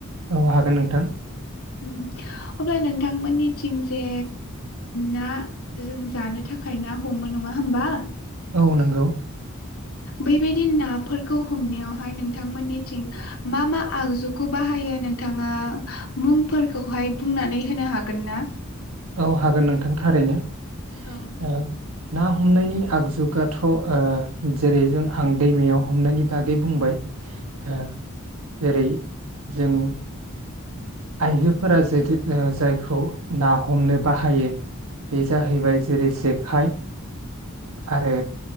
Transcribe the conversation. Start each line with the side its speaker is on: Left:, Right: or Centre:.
Right: औ हागोन नोंथां।
Left: उम अब्ला नोंथांमोननिथिं जे ना जों जानो थाखाय ना हमो नङा होमबा?
Right: औ नंगौ।
Left: बेबायदि नाफोरखौ हमनायावहाय नोंथांमोननिथिं मा मा आगजुखौ बाहायो नोंथाङा मुंफोरखौहाय बुंनानै होनो हागोन ना?
Right: औ हागोन नोंथां थारैनो।
Left: औ।
Right: ओ ना हमनायनि आगजुगाथ' ओ जेरै जों आं दैमायाव हमनायनि बागै बुंबाय ओ जेरै जों आइजोफोरा जे जायखौ ना हमनो बाहायो बे जाहैबाय जेरै जेखाइ आरो